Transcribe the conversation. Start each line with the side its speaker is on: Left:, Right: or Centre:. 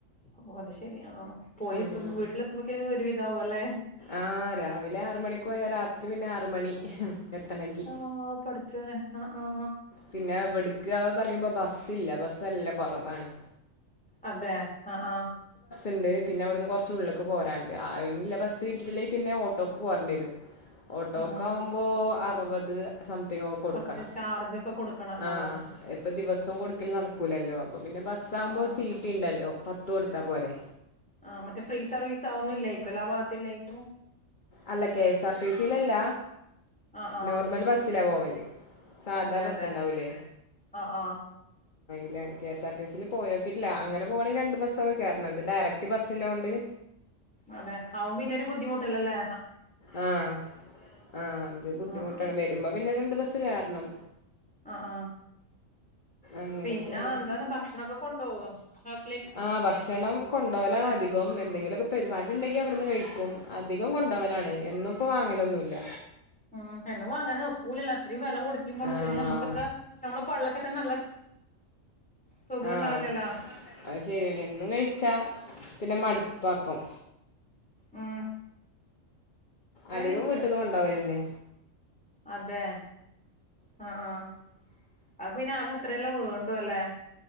Centre: ഓ അത് ശെരി ആ ആ പോയെത്തുമ്പോ
Left: ഉം
Centre: വീട്ടിലെത്തുമ്പക്കിന് ഒരുവിധാവോല്ലേ
Left: ആഹ് രാവിലെ ആറ് മണിക്ക് പോയാ രാത്രി പിന്നെ ആറ് മണി എത്തണങ്കി
Centre: ആഹ് പഠച്ചോനെ ആഹ് ആഹ്
Left: പിന്നെ ഇവിടുക്ക്‌ അഅ് പറയുമ്പോ ബസ്സില്ല ബസ്സല്ല കുറവാണ്
Centre: അതെ ആഹ് ആഹ്
Left: ണ്ട് പിന്നെ അവിടുന്ന് കുറച്ച് ഉള്ളിക്ക്‌ പോരാണ്ട് ആഹ് അയിനില്ല ബസ് കിട്ടിട്ടില്ലെങ്കി പിന്നെ ഓട്ടോക്ക് പോരണ്ടേരും ഓട്ടോക്കാവുമ്പോ
Centre: ആഹ്
Left: അറുപത് സംതിങ് ഒക്കെ കൊടുക്കണം
Centre: കൊറച്ച് ചാർജൊക്കെ കൊടുക്കണല്ലോ
Left: ആ ആ
Centre: അല്ലേ
Left: ഇപ്പൊ ദിവസം കൊടുക്കല് നടക്കൂലല്ലോ അപ്പൊ പിന്നെ ബസ്സാവുമ്പോ
Centre: ആഹ് ആഹ്
Left: സി ടിണ്ട ല്ലോ പത്തു കൊടുത്താ പോരെ
Centre: ആ മറ്റേ ഫ്രീ സർവീസ് ആവുന്നില്ലേക്കും എല്ലാ ഭാഗത്തില്ലേക്കും
Left: അല്ല കെ എസ് ആർ ടി സിലല്ല
Centre: ആ ആ
Left: നോർമൽ ബസ്സിലാ പോവല് സാദാ
Centre: അതെ
Left: ബസ്സുണ്ടാവൂല്ലേ
Centre: അതെ ആ ആ
Left: ല്ല കെ എസ് ആർ ടിസിൽ പോയോക്കിട്ടില്ല അങ്ങനെ പോകണങ്കിൽ രണ്ട് ബസൊക്കെ കേയറണംഇത് ഡയറക്റ്റ് ബസ്സിലോണ്ട്
Centre: അതെ ആവും പിന്നെരു ബുദ്ധിമുട്ടല്ലെല്ലേ
Left: ആഹ ആഹ അത് ബുദ്ധിമുട്ടാണ്
Centre: ആ ആ
Left: വരുമ്പോ ന്നെ രണ്ട് ബസ്സ് കേറണം
Centre: ആഹ ആഹ
Left: അങ്ങനെയൊക്കെയാണ്
Centre: പിന്നെ എന്താണ് ഭക്ഷണൊക്കെ കൊണ്ടോവോ ഹസ
Left: ആ ഭസ്സണം കൊണ്ടോവലാണ് അധികം എന്തെങ്കിലുംക്കെ പരിപാടി ഉണ്ടെങ്കി അവിടുന്ന് കഴിക്കും അധികം കൊണ്ടവലാണ് എന്നും ഇപ്പോ വാങ്ങലൊന്നുല്ല
Centre: ഉം എന്നും വാങ്ങാനൊക്കൂലലോ അ ത്രീം വെല കൊടുക്കെ വേണം
Left: ആഹ്
Centre: ഞമ്മക്കത്ര ഞമ്മളെ പള്ളക്കത്ര നല്ല സുഖം
Left: ആഹ്
Centre: ഉണ്ടാവൂലല്ലോ
Left: അത് ശെരിഎന്നേണ് എന്നും കഴിച്ചാ പിന്നെ മടുപ്പാക്കും
Centre: ഉം
Left: അധികം
Centre: അത്
Left: വീട്ട്ന്ന് കൊണ്ടോവലെന്നെ
Centre: അതെ ആഹ ആഹ് അ പിന്നെ ആക അത്രയല്ലെ വേണ്ടൂ അല്ലേ